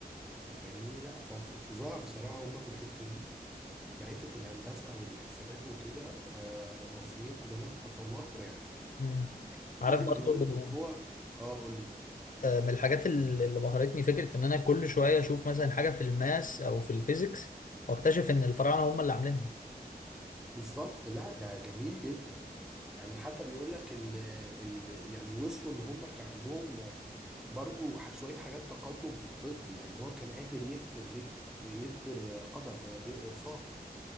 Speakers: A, in the centre; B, on the left.
A: انت فاهمني لا ف- ف- فظاع بصراحه هما في الحته دي في حته الهندسه والحسابات وكده آه، مصريين قدماء تفوقوا يعني
B: مم. عارف
A: ايفن
B: برضو
A: بيقول لك ان هو اه قول لي
B: آه، من الحاجات اللي اللي بهرتني فكره ان انا كل شويه اشوف مثلا حاجه في الماس او في الفيزيكس واكتشف ان الفراعنه هم اللي عاملينها
A: بالظبط لا ده جميل جدا يعني حتى بيقول لك ال ال يعني وصلوا ان هم كان عندهم آه، برضو ح- شوية حاجات تقدم في الطب يعني هو كان قادر يبتر لج يبتر آه، قدم آه، ل- آه، ساق